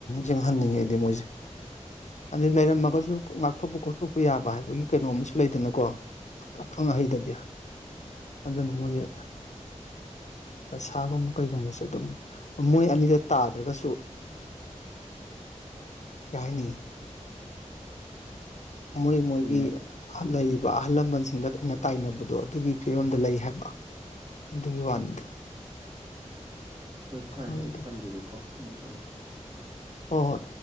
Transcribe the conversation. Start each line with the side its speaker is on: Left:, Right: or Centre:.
Left: ꯌꯦꯡꯍꯟꯅꯤꯡꯉꯦꯗꯤ ꯃꯣꯏꯁꯦ ꯑꯗꯩ ꯂꯩꯔꯝꯃꯒꯁꯨ ꯀꯊꯣꯛꯄ ꯈꯣꯠꯇꯣꯛꯄ ꯌꯥꯕ ꯍꯥꯏꯕꯒꯤ ꯀꯩꯅꯣꯝ ꯑꯃꯁꯨ ꯂꯩꯗꯅꯀꯣ ꯑꯈꯪ ꯑꯍꯩꯗꯕꯤ ꯑꯗꯨꯅ ꯃꯣꯏꯁ ꯑꯁꯥꯒꯨꯝꯕ ꯀꯩꯒꯨꯝꯕꯁꯦ ꯑꯗꯨꯝ ꯃꯣꯏ ꯑꯅꯤꯗ ꯇꯥꯗ꯭ꯔꯒꯁꯨ ꯀꯥꯏꯅꯤ ꯃꯣꯏ ꯃꯣꯏꯒꯤ
Right: ꯍꯣꯏꯅꯦ ꯑꯗꯨꯅꯦ ꯎꯝ
Left: ꯂꯩꯔꯤꯕ
Right: ꯎꯝ
Left: ꯑꯍꯜ ꯂꯃꯟꯁꯤꯡꯗ ꯇꯥꯏꯅꯕꯗꯣ ꯑꯗꯨꯒꯤ ꯐꯤꯕꯝꯗ ꯂꯩ ꯍꯥꯏꯕ ꯑꯗꯨꯒꯤ ꯋꯥꯅꯤꯗ
Right: ꯍꯣꯏ ꯐꯔꯦ
Left: ꯈꯪꯗ꯭ꯔꯦ
Right: ꯑꯩ ꯊꯝꯒꯤꯒꯦꯀꯣ ꯑꯃꯨꯛ ꯇꯧꯔꯛꯀꯦ
Left: ꯍꯣꯏ ꯍꯣꯏ